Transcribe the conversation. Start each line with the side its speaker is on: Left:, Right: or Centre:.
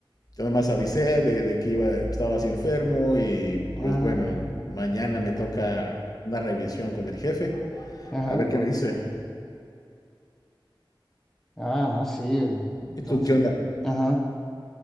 Left: Yo nomás avisé de, de que iba, estaba así enfermo y
Centre: Ah,
Left: pues bueno, mañana me toca una revisión con el jefe
Centre: ajá.
Left: a ver qué me dice.
Centre: Ah, no, sí. Entonces,
Left: ¿Y tú qué onda?
Centre: ajá.